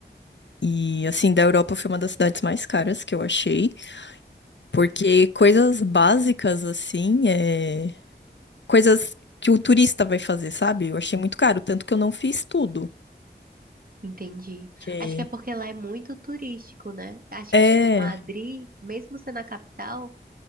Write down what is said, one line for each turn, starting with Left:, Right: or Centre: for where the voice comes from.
Left: E, assim, da Europa foi uma das cidades mais caras que eu achei. Porque coisas básicas, assim, é. coisas que o turista vai fazer, sabe? Eu achei muito caro, tanto que eu não fiz tudo.
Right: Entendi.
Left: que
Right: Acho que é porque lá é muito turístico, né? Acho
Left: É,
Right: que, tipo, Madrid, mesmo sendo a capital,